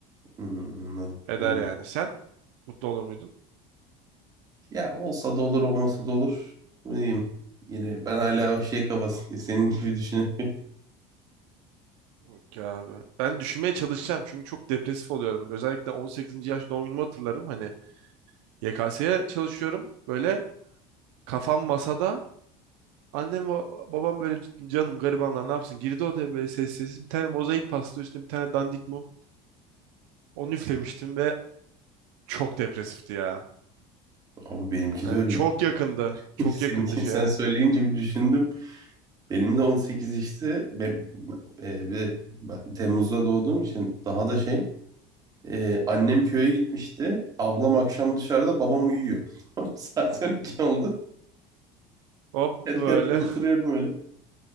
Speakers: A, on the right (about 25°); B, on the right (about 75°).
A: Hmm, anladım.
B: Eder
A: Böyle.
B: yani. Sen mutlu olur muydun?
A: Ya olsa da olur olmasa da olur. Ne diyeyim? Yine ben hala o şey kafasındayım. Senin gibi düşünüyorum.
B: Yok ya abi. Ben düşünmeye çalışacağım çünkü çok depresif oluyorum. Özellikle 18. yaş doğum günümü hatırlarım. Hani YKS'ye çalışıyorum. Böyle kafam masada Annem ve babam böyle canım garibanlar ne yapsın? Girdi odaya böyle sessiz sessiz. Bir tane mozaik pasta üstüne bir tane dandik mum. Onu üflemiştim ve çok depresifti ya.
A: <laughs> Abi benimki
B: Yani
A: de öyle.
B: çok yakındı. Çok
A: <laughs> Seninki
B: yakındı şeye.
A: sen söyleyince bir düşündüm. Benim de 18 işte. Ben, e, bir de ben Temmuz'da doğduğum için daha da şey. e, annem köye gitmişti. Ablam akşam dışarıda babam uyuyor. <laughs> Tamam, Saat 12 oldu.
B: Hop
A: Kendi
B: böyle.
A: kendime oturuyorum
B: <laughs>
A: öyle.